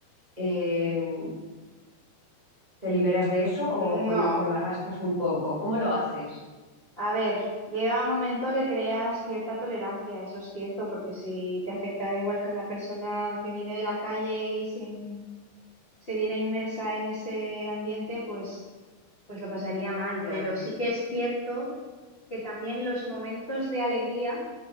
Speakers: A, on the right; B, on the left.
A: em, te liberas de eso
B: No.
A: o, o- o lo arrastras un poco? ¿Cómo lo haces?
B: A ver, llega un momento que creas cierta tolerancia, eso es cierto, porque si te afecta da igual que una persona que viene de la calle y se, se viera inmersa en ese ambiente, pues, pues lo pasaría mal.
A: Ya,
B: Pero sí que es cierto que también los momentos de alegría